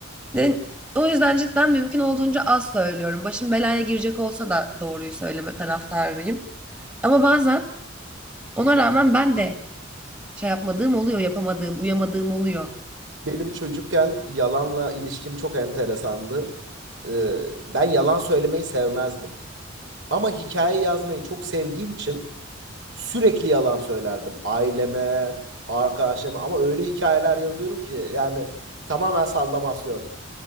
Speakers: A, on the right; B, on the right.
A: Ve o yüzden cidden mümkün olduğunca az söylüyorum. Başım belaya girecek olsa da doğruyu söyleme taraftarıyım. Ama bazen ona rağmen ben de şey yapmadığım oluyor, yapamadığım, uyamadığım oluyor.
B: Benim çocukken yalanla ilişkim çok enteresandı. Eee, ben yalan söylemeyi sevmezdim. Ama hikaye yazmayı çok sevdiğim için Sürekli yalan söylerdim aileme, arkadaşlarıma ama öyle hikayeler yazıyorum ki yani tamamen sallamasyon.